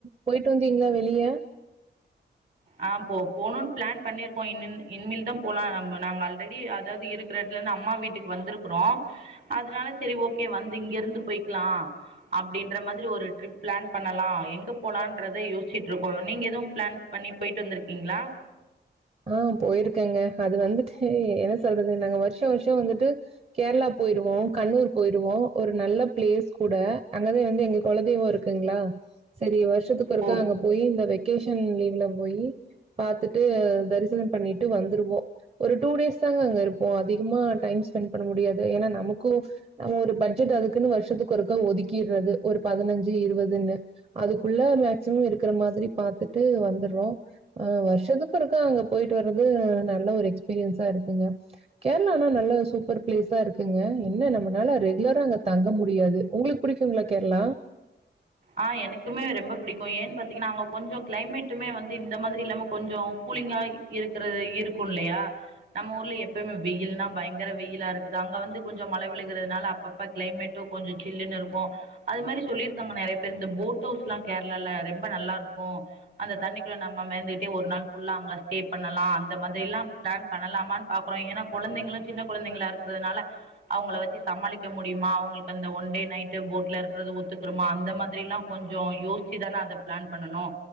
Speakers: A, on the right; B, on the right.
A: போயிட்டு வந்தீங்ளா வெளிய
B: ஆ போ போனுன் பிளான் பண்ணிருக்கோ இன்ன இன்மேல் தா போலா நம்ப நாங்க ஆல்ரெடி அதாவ்து இருக்கிற எடத்துலருந்து அம்மா வீ ட்டுக்கு வந்திருக்குறோ அதனால செரி ஓகே வந்து இங்கிருந்து போய்க்லா அப்டின்ற மாதிரி ஒரு ட்ரிப் பிளான் பண்ணலாம் எங்க போலான்றத யோசிச்சிட்டுருக்கோம் நீங்க எதுவும் பிளான் பண்ணி போயிட்டு வந்திருக்கீங்களா
A: ஆ‌போயிருக்கேங்க அது வந்துட்டு என்ன சொல்றது நாங்க வருஷம் வருஷம் வந்துட்டு கேரளா போயிருவோம் கண்ணூர் போயிருவோம் ஒரு நல்ல பிளேஸ் கூட அங்கதான் வந்து எங்க கொலதெய்வம் இருக்கு இருக்குங்களா செரி வருஷத்துக்கு ஒருக்க
B: ஓ
A: அங்க போய் இந்த வெக்கேஷன் லீவ்ல போய் பாத்துட்டு தரிசனம் பண்ணிட்டு வந்துருவோம் ஒரு டூ டேஸ் தாங்க அங்க இருப்போம் அதிகமா டைம் ஸ்பெண்ட் பண்ண முடியாது ஏன்னா நமக்கும் நம்ம ஒரு பட்ஜெட் அதுக்குன்னு வருஷத்துக்கு ஒருக்கா ஒதுக்கிறது ஒரு பதினஞ்சு இருபதுன்னு அதுக்குள்ள மேக்சிமம் இருக்கிற மாதிரி பாத்துட்டு வந்துறோம் ஆ வருஷத்துக்கு அங்க போயிட்டு வர்றது நல்ல ஒரு எக்ஸ்பீரியன்ஸா இருக்குங்க கேரளானா நல்ல சூப்பர் பிளேஸா இருக்குங்க என்ன நம்மளால ரெகுலரா அங்க தங்க முடியாது உங்களுக்கு பிடிக் டிக்குங்களா கேரளா
B: ஆஹ் எனக்குமே ரொம்ப பிடிக்கும் ஏன்னு பாத்தீங்கன்னா அங்க கொஞ்சம் கிளைமேட்டுமே வந்து இந்த மாதிரி இல்லாம கொஞ்சம் கூலிங்கா இருக்கறது இருக்கும் இல்லையா நம்ம ஊர்ல எப்பயுமே வெயில்னா பயங்கர வெயிலா இருக்குது அங்க வந்து கொஞ்சம் மழை விழுகுறதுனால அப்பப் க்ளைமெட்டும் கொஞ்சம் சில்லுன்னு இருக்கும் அது மாறி சொல்லிருக்காங்க நிறைய இந்த போட் ஹவுஸ் எல்லாம் கேரளால ரொம்ப நல்லா இருக்கும் அந்த தண்ணிக்குள்ள நம்ம மெதந்துகிட்டே ஒரு நாள் ஃபுல்லா அங்க ஸ்டே பண்ணலாம் அந்த மாதிரிலாம் பிளான் பண்ணலாமான்னு பாக்றோம் ஏனா குழந்தைங்களும் சின்ன குழந்தைங்களா இருக்கிறதுனால அவங்கள வச்சு சமாளிக்க முடியுமா அவங்களுக்கு அந்த ஒன் டே நைட்டு போட்ல இருக்குறது ஒத்துக்குறுமா அந்த மாதிரி மாதிரிலாம் கொஞ்சம் யோசிச்சி தானே அதை பிளான் பண்ணனும்